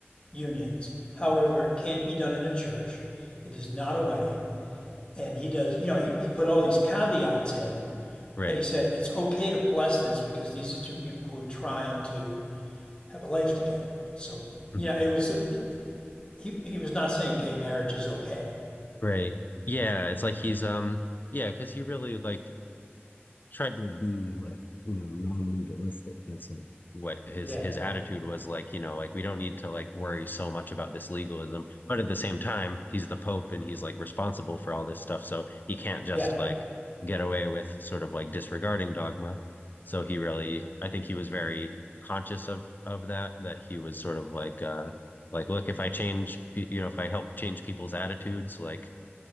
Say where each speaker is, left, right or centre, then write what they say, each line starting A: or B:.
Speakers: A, on the left; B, on the left.
A: unions. However, it can't be done in a church. It is not a wedding. And he does, you know, he, he put all these caveats in,
B: right?
A: but he said it's okay to bless this because these are two people who are trying to have a life together. So,
B: Mhm.
A: you know, it was, it, he he was not saying gay marriage is okay.
B: Right. Yeah, it's like he's um, yeah, because he really like tried to be like you know non-legalistic. That's like what his
A: Yeah,
B: his attitude was like. You know, like we don't need to like worry so much about this legalism, but at the same time, he's the Pope and he's like responsible for all this stuff, so he can't just
A: yeah,
B: like get away with sort of like disregarding dogma. So he really, I think he was very conscious of of that. That he was sort of like uh like look, if I change, you know, if I help change people's attitudes, like